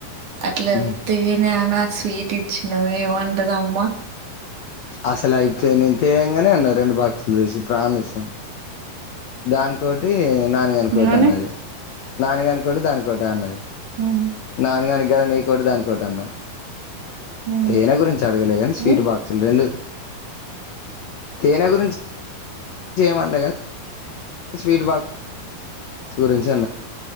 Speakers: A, on the right; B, on the left.
A: అట్ల
B: మ్మ్
A: తెనె అన స్వీట్ ఇచ్చిన ఏమంటదమ్మా
B: అసలయితే నేను తేంగానే అన్నా రెండు బా సదేశి ప్రామిసా దానికోటి నానిగానికోటన్నది
A: ఏమని?
B: నానిగానికోటి దానికో గోట అన్నది
A: హ్మ్.
B: నాని గాని గది నీకోటి దానికోటి అన్న
A: హ్మ్.
B: తేనె గురించి అడగలే కాని స్వీట్
A: హ్మ్.
B: బాక్సులు రెండు తేనె గురించ్ తేమన్ లే గా స్వీట్ బాక్స్ గురించి అన్న